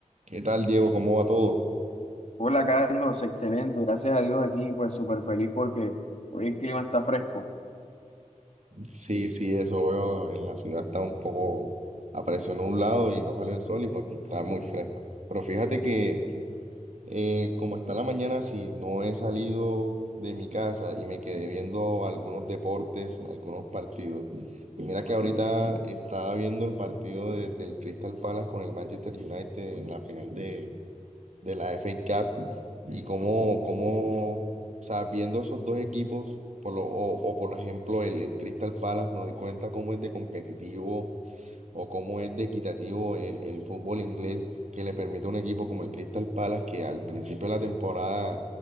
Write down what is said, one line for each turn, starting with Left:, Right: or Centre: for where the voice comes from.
Right: ¿Qué tal, Diego? ¿Cómo va todo?
Left: Hola Carlos, excelente, gracias a Dios aquí, pues súper feliz porque hoy el clima está fresco.
Right: Sí, sí, eso veo. En la ciudad está un poco, apareció nublado y no salió el sol y pues está muy fresco. Pero fíjate que eh, como está la mañana, si no he salido de mi casa y me quedé viendo algunos deportes, algunos partidos. Y mira que ahorita estaba viendo el partido de- del Crystal Palace con el Manchester United en la final de, de la FA Cup Y cómo, cómo, o sea, viendo esos dos equipos, por lo, o, o por ejemplo el, el Crystal Palace, me doy cuenta cómo es de competitivo o cómo es de equitativo el, el fútbol inglés que le permite a un equipo como el Crystal Palace, que al principio de la temporada